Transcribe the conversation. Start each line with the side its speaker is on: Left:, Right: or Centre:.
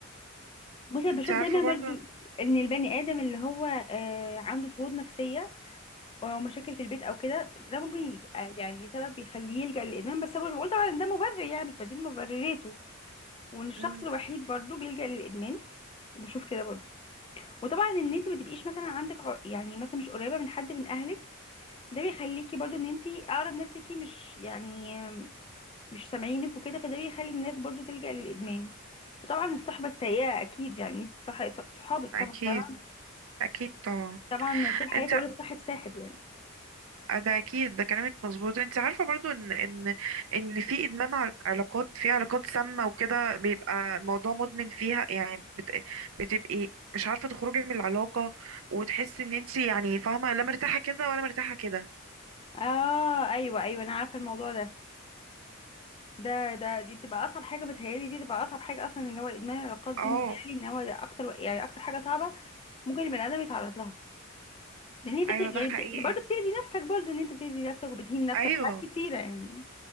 Left: بصي أنا
Right: انت
Left: بشوف
Right: عارفه
Left: دايما
Right: برضه
Left: برضو ان البني ادم اللي هو آه، عنده ضغوط نفسيه او مشاكل في البيت او كده ده ممكن يبقى يعني سبب بيخليه يلجأ للادمان بس أنا بقول طبعا إن ده مبرر يعني مش بديل مبرراته وان الشخص
Right: مم،
Left: الوحيد برضه بيلجأ للادمان بشوف كده برضه وطبعا ان انت ما تبقيش مثلا عندك ع- يعني مثلا مش قريبه من حد من اهلك ده بيخليكي برضه ان انت اقرب ناس ليكي مش يعني مش سامعينك وكده فده بيخلي الناس برضه تلجأ للادمان وطبعا الصحبه السيئه اكيد يعني انت صح صحابك طبعا
Right: اكيد
Left: طبعا
Right: اكيد طبعا
Left: طبعاً طول حياتي
Right: انت
Left: اقول الصاحب ساحب يعني
Right: آه، ده اكيد ده كلامك مظبوط انت عارفه برضو ان ان ان في ادمان ع- علاقات في علاقات سامه وكده بيبقى موضوع مدمن فيها يعني بت... بتبقي مش عارفه تخرجي من العلاقه وتحسي ان انت يعني فاهمه لا مرتاحه كده ولا مرتاحه كده
Left: اه ايوه ايوه انا عارفه الموضوع ده ده ده دي بتبقى اصعب حاجه بتهيالي دي بتبقى اصعب حاجه اصلا اللي هو ادمان العلاقات دي
Right: اه
Left: متهيالي ان هو ده اكتر يعني اكتر حاجه صعبه ممكن البني ادم يتعرض لها لان انت
Right: ايوه
Left: بت... يعني
Right: ده
Left: بت...
Right: حقيقي
Left: برضه بتاذي نفسك برضه ان انت بتاذي نفسك وبتهين نفسك
Right: ايوه
Left: في حاجات كتيره يعني